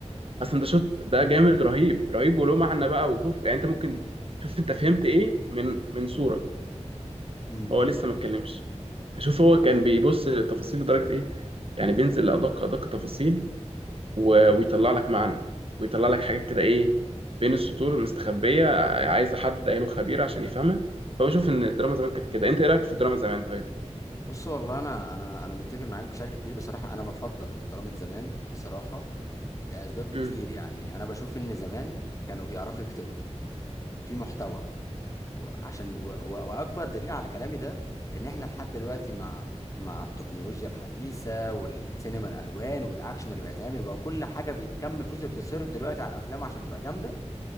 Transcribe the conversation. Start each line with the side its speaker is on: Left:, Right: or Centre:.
Right: اصلا ده شوت ده جامد رهيب رهيب وله معنى بقى وشوف يعني انت ممكن شوف انت فهمت ايه من من صوره
Left: امم
Right: هو لسه ما اتكلمش فشوف هو كان بيبص للتفاصيل لدرجة ايه يعني بينزل لأدق أدق تفاصيل و- ويطلع لك معنى ويطلع لك حاجات كده ايه بين السطور المستخبية عايزة حد عينه خبير عشان يفهمها فهو شوف ان الدراما زمان كانت كده انت ايه رأيك في الدراما زمان طيب
Left: بص والله انا انا انا متفق معاك بشكل كبير بصراحه انا بفضل دراما زمان بصراحه لأسباب كتير
Right: امم
Left: يعني أنا بشوف إن زمان كانوا بيعرفوا يكتبوا في محتوى و- عشان و... و... وأكبر دليل على كلامي ده إن إحنا لحد دلوقتي مع مع التكنولوجيا الحديثة والسينما الألوان والأكشن اللي بيتعمل بقى كل حاجة بكم الفلوس اللي بتتصرف دلوقتي على الأفلام عشان تبقى جامدة